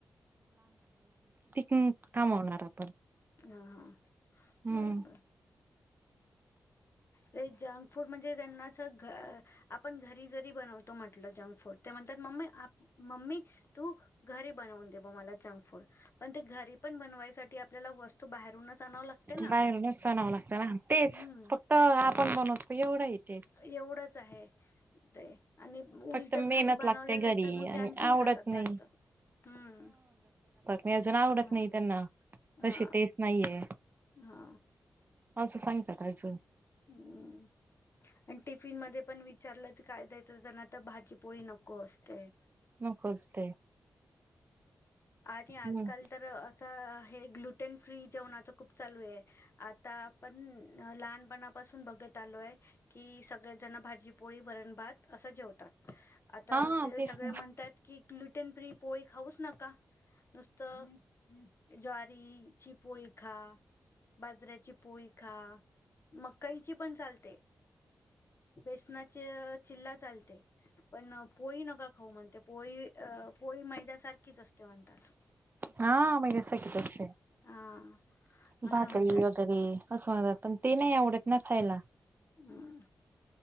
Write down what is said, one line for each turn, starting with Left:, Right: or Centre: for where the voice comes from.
Right: हम्म थांबवणार आपण,
Left: हा हा
Right: हम्म.
Left: बरोबर ते जंक फूड म्हणजे त्यांनाच आपण घरी जरी बनवतो म्हटलं जंक फूड त्या म्हणतात मम्मी मम्मी तू घरी बनवून दे मगं मला जंक फूड पण ते घरी पण बनवायसाठी आपल्याला वस्तू बाहेरूनच आणाव लागते ना
Right: बाहेरूनच आनावं लागत ना तेच
Left: हम्म
Right: फक्त आपण बनवतो एवढं येते
Left: एवढंच आहे ते आणि उलट
Right: फक्त मेहनत
Left: घरी बनवलेलं
Right: लागते घरी
Left: तर मगं ते
Right: आणि
Left: आणखीन
Right: आवडत
Left: खातात
Right: नाही
Left: जास्त हम्म.
Right: मी अजून आवडत
Left: हा
Right: नाही त्यांना तशी
Left: हा
Right: टेस्ट नाहीये
Left: हा.
Right: असं <unintelligible>
Left: हम्म आणि टिफिन मध्ये पण विचारलं काय द्यायचं जना? तर भाजीपोळी नको असतयं,
Right: नकोच ते
Left: आणि
Right: हम्म
Left: आजकाल तर असा हे ग्लुटेन फ्री जेवणाचं खूप चालू आहे आता आपण लहानपणापासून बघत आलोय की सगळेजण भाजीपोळी वरण भात असं जेवतात? आता
Right: हा
Left: ते
Right: तेच
Left: सगळे
Right: ना
Left: म्हणतात की ग्लुटन फ्री पोळी नका नुसतं. ज्वारीची पोळी खा बाजरीची पोळी खा, मकाईची पण चालते बेसनाचे चिल्ला चालते, पण पोळी नका खाऊ म्हणते पोळी पोळी, मैद दा सारखीच असते म्हणतात.
Right: हा मगे स कच आहे
Left: हा असं
Right: भाकरी
Left: म्हणतात
Right: वगैरे असं म्हणतात, पण ते नाही आवडत ना खायला
Left: हम्म